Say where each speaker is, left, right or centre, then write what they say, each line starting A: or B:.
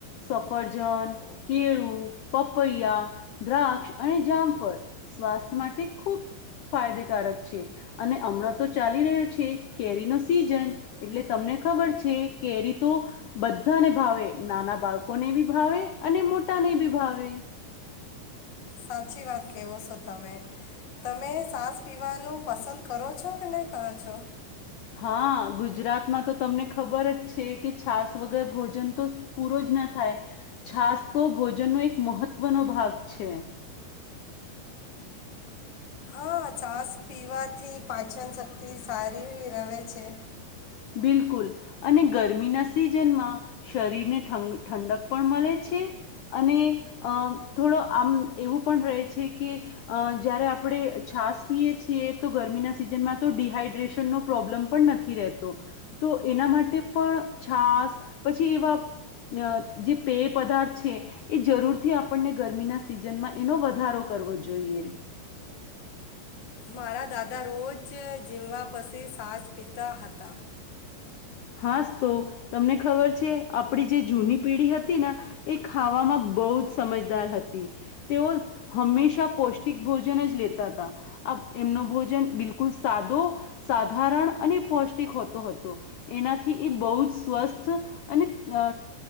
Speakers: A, on the left; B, on the left.
A: સફરજન કેળું પપૈયા દ્રાક્ષ અને જામફળ સ્વાસ્થ્ય માટે ખૂબ ફાયદેકારક છે, અને હમણાં તો ચાલી રહ્યો છે, કેરી ન સીઝન એટલે તમને ખબર છે, કેરી તો બધાને ભાવે નાના બાળકોને બી ભાવે અને મોટા ને બી ભાવે
B: સાચી વાત કવો છો તમે તમે સાસ પીવાનું પસંદ કરો છો કે નહીં કરો છો
A: હા ગુજરાતમાં તો તમને ખબર જ છે, કે છાસ વગર ભોજન તો પૂરો જ ના થાય છાસ તો ભોજનનો એક મહત્વનો ભાગ છે,
B: હા ચાસ પીવાથી પાચનશક્તિ સારી રહે છે,
A: બિલકુલ અને ગરમીના સિઝનમાં શરીરને ઠંડક પણ મળે છે, અને થોડો આમ એવું પણ રહે છે, કે જ્યારે આપણે છાસ પીએ છીએ તો ગરમીના સિઝનમાં તો ડડીહાઈડ્રેશનનો પ્રોબ્લેમ પણ નથી રહેતો. તો એના માટે પણ છાસ પછી એવા જે પેય પદાર્થ છે, એ જરૂરથી આપણને ગરમીના સિઝનમાં એનો વધારો કરવો જોઈએ
B: મારા દાદા રોજ ઝીમવા પસીી સાજ પીતા હતા.
A: હા તો તમને ખબર છે, આપડી જે જૂની પેઢી હતી ને એ ખાવામાં બહુ જ સમજદાર હતી તેઓ હંમેશા પૌષ્ટિક ભોજન જ લેતા હતા, એમનો ભોજન બિલકુલ સાદો સાધારણ અને પૌષ્ટિક હોતો હતો. એનાથી એ બહુ જ સ્વસ્થ અને અ